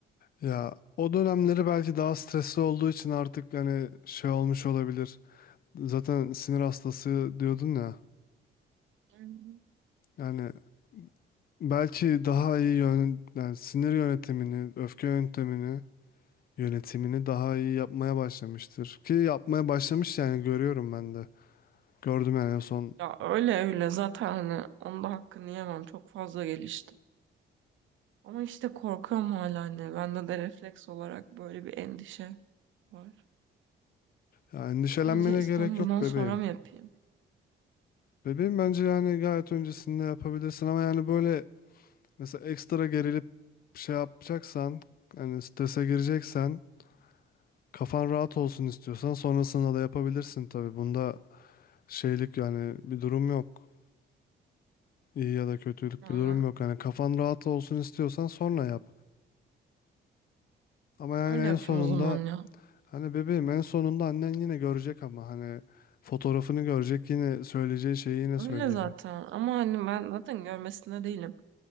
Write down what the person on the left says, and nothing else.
Ya o dönemleri belki daha stresli olduğu için artık hani şey olmuş olabilir. Zaten sinir hastası diyordun ya.
Yani belki daha iyi yön, yani sinir yönetimini, öfke yönetimini, yönetimini daha iyi yapmaya başlamıştır. Ki yapmaya başlamış yani görüyorum ben de. Gördüm yani en son.
Ya endişelenmene
gerek yok bebeğim.
Bebeğim bence yani gayet öncesinde yapabilirsin ama yani böyle Mesela ekstra gerilip şey yapacaksan, hani strese gireceksen, kafan rahat olsun istiyorsan sonrasında da yapabilirsin tabii. Bunda şeylik yani bir durum yok. İyi ya da kötülük
bir durum yok. Hani kafan rahat olsun istiyorsan sonra yap. Ama yani
en sonunda
hani bebeğim en sonunda annen yine görecek ama hani fotoğrafını görecek yine söyleyeceği şeyi yine
söyleyecek.